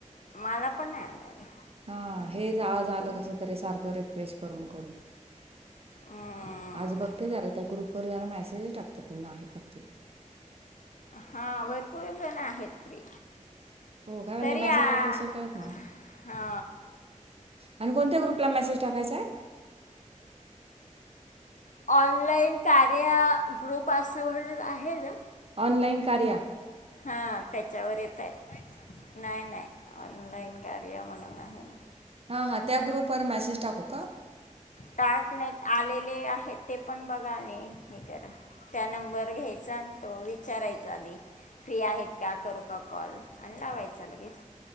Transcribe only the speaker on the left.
मला पण नाही आलेलं.
हम्म.
हा भरपूर जण आहेत फ्री.
तरी आ
हा
ऑनलाइन कार्य ग्रुप असं म्हणून आहे ना?
हा त्याच्यावर याता. नाही नाही ऑनलाईन कार्या म्हणून आहे ना.
टाकण्यात आलेले आहेत ते पण बघाणे. हे करा त्या नंबर घ्यायचा अन तो विचारायचा आधी फ्री आहेत का करू का कॉल आणि लावायचा लगेच